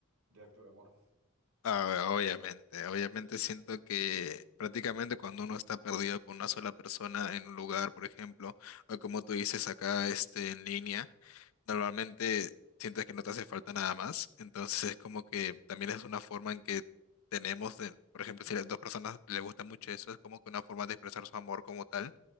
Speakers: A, on the right (about 75°); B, on the left (about 75°).
A: de acto de amor.
B: A ver, obviamente, obviamente siento que prácticamente cuando uno está perdido con una sola persona en un lugar, por ejemplo, o como tú dices acá, este, en línea, normalmente sientes que no te hace falta nada más, entonces es como que también es una forma en que tenemos, de- por ejemplo, si las dos personas les gusta mucho eso, es como que una forma de expresar su amor como tal.